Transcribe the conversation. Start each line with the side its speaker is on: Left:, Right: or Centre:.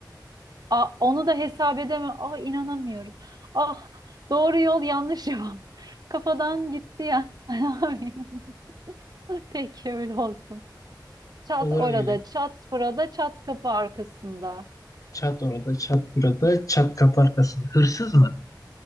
Right: Aa, onu da hesap edemem. Aa, inanamıyorum. Ah doğru yol yanlış yol. <laughs> Kafadan gitti ya. <laughs> Ne yapayım? <laughs> Peki öyle olsun. Çat
Left: Olur
Right: orada,
Left: öyle.
Right: çat burada, çat kapı arkasında.
Left: Çat orada, çat burada, çat kapı arkasında. Hırsız mı?